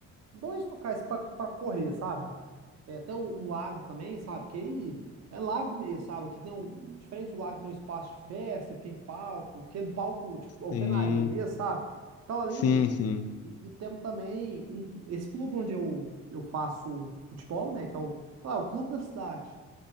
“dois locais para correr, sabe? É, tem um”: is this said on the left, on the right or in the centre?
Right